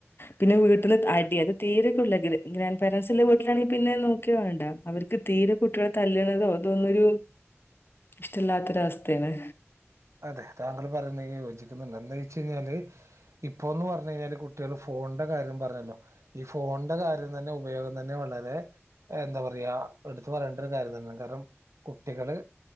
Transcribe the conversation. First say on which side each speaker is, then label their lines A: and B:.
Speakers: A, on the left; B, on the right.
A: പിന്നെ വീട്ടിന്ന് അടി അത് തീര <unintelligible> ഗ്രാൻഡ് പാരൻസില്ല വീട്ടില് ണെ പിന്നെ നോക്കേ വേണ്ട അവർക്ക് തീരെ കുട്ടികളെ തല്ല്ണതോ ഇതൊന്നൊരു ഇഷ്ടല്ലാത്തൊരവസ്ഥയാണ്
B: അതെ താങ്കൾ പറയുന്നെൽ യോജിക്കുന്നുണ്ട് എന്താ ച്ചയ്ഞ്ഞാല് ഇപ്പം ന്ന് പറഞ്ഞ് കഴിഞ്ഞാല് കുട്ടികൾ ഫോണിന്റെ കാര്യം പറഞ്ഞല്ലോ ഈ ഫോണിന്റെ കാര്യം തന്നെ ഉപയോഗം തന്നെ വളരെ എന്താ പറയാ എടുത്തു പറയേണ്ട ഒരു കാര്യം തന്നെയാണ് കാരണം കുട്ടികള്